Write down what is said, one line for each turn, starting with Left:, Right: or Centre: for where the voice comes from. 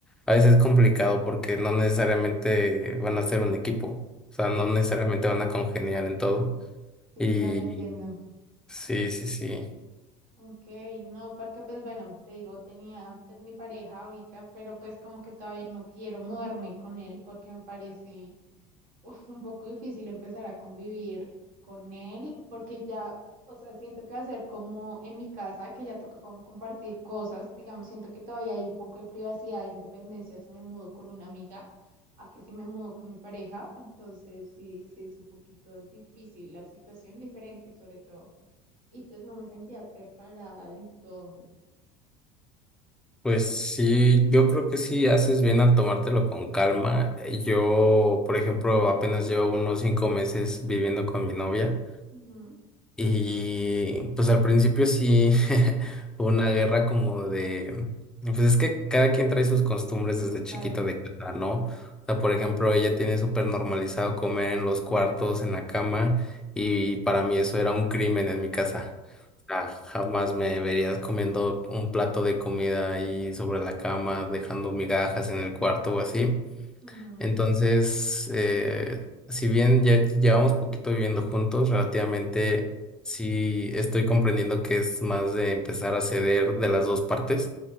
Centre: a veces es complicado porque no necesariamente van a ser un equipo. O sea, no necesariamente van a congeniar en todo.
Right: sí,
Centre: Y
Right: claro, entiendo.
Centre: sí, sí, sí.
Right: Ok, no, porque pues bueno, te digo, tenía pues mi pareja ahorita, pero pues como que todavía no quiero mudarme con él porque me parece uf, un poco difícil empezar a convivir con él porque ya, o sea, siento que va a ser como en mi casa, que ya toca como compartir cosas, digamos, siento que todavía hay un poco de privacidad e independencia si me mudo con una amiga, a que si me mudo con mi pareja, entonces sí, sí es un poquito difícil la situación, diferente sobre todo y pues no me sentía preparada del todo.
Centre: Pues sí, yo creo que sí haces bien al tomártelo con calma. Eh, Yo, por ejemplo, apenas llevo unos cinco meses viviendo con mi novia.
Right: Ujú,
Centre: Y pues al principio sí <laughs> fue una guerra como de, pues es que cada quien trae sus costumbres desde
Right: claro.
Centre: chiquito de casa, ¿no? O sea, por ejemplo, ella tiene súper normalizado comer en los cuartos, en la cama, y para mí eso era un crimen en mi casa. O sea, jamás me verías comiendo un plato de comida ahí sobre la cama, dejando migajas en el cuarto o así.
Right: ujú,
Centre: Entonces, eh, si bien ya llevamos poquito viviendo juntos, relativamente sí estoy comprendiendo que es más de empezar a ceder de las dos partes.